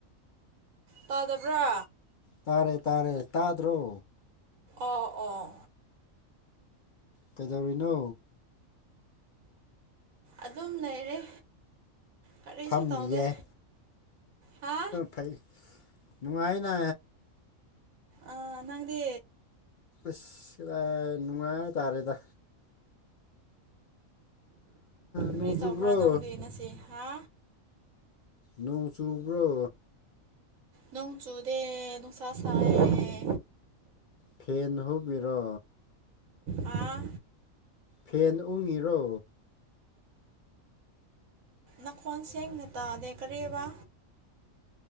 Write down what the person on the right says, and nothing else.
ꯇꯥꯗꯕ꯭ꯔꯥ
ꯑꯣ ꯑꯣ
ꯑꯗꯨꯝ ꯂꯩꯔꯦ ꯀꯔꯤꯁꯨ
ꯇꯧꯗꯦ
ꯍꯥ
ꯑꯥ ꯅꯪꯗꯦ
ꯀꯔꯤ
ꯇꯧꯕ꯭ꯔꯥ ꯅꯪꯗꯤ ꯉꯁꯤ ꯍꯥ
ꯅꯪ ꯆꯨꯗꯦ ꯅꯨꯡꯁ ꯁꯥꯏꯦ
ꯑꯥ
ꯅꯅꯥꯀꯣꯟ ꯁꯦꯡꯅ ꯇꯥꯗꯦ ꯀꯔꯤꯕ